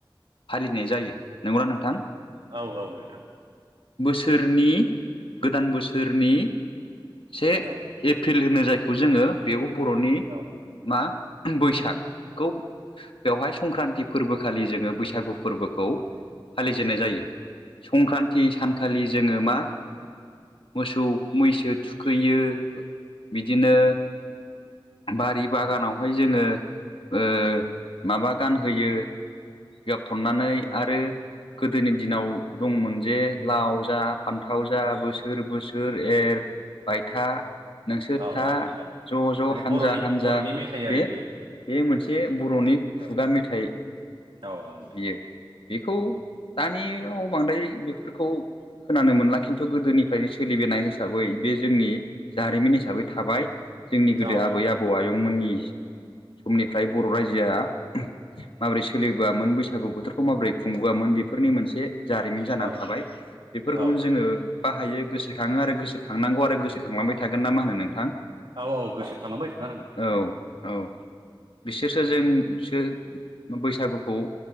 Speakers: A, on the left; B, on the right.
A: फालिनाय जायो नंगौना नोंथां
B: औ औ नोंथां
A: बोसोरनि गोदान बोसोरनि से
B: औ
A: एप्रिल होनो जायखौ जोङो बेयाव बर'नि
B: नोंथां
A: मा बैसागखौ बेवहाय संक्रान्ति फोरबोखालि जोङो बैसागु फोरबोखौ फालिजेननाय जायो संक्रान्ति सानखालि जोङो मा मोसौ मैसो थुखैयो बिदिनो बारि बागानावहाय जोङो ओ माबा गानहोयो थनानै आरो गोदोनि दिनाव दंमोन जे लाव जा फान्थाव जा बोस बोसोर बोसोर एर बायथा। नोंसोर
B: औ
A: था
B: औ नोंथां
A: ज-ज'
B: माने
A: हानजा
B: बर'नि
A: हानजा
B: बर'नि मेथाइ आरो
A: बे
B: बियो
A: बे मोनसे बर'नि
B: औ
A: खुगा मेथाइ
B: औ नोंथां
A: बियो बेखौ दानियाव बांद्राय बेफोरखौ खोनानो मोनला खिन्थु गोदोनिफ्राय सोलिबोनाय हिसाबै बे जोंनि जारिमिन हिसाबै थाबाय जोंनि गोदो
B: औ औ
A: आबै आबौ अ आयंमोननि समनिफ्राय बर' रायजोआ माबोरै सोलिबोआमोन बै बैसागु बोथोरखौ माबोरै खुंबोआमोन बेफोरनि मोनसे जारिमिन
B: नोंथां
A: जानानै
B: औ
A: थाबाय बेफोरखौनो
B: औ नोंथां
A: जोङो बाहायो गोसोखाङो आरो गोसोखांनांगौ आरो गोसोखांलांबाय थागोन ना मा होनो नोंथां?
B: औ औ गोसोखांबाय थाखानांगोन।
A: औ औ बिसोरसो जों सो बैसागुखौ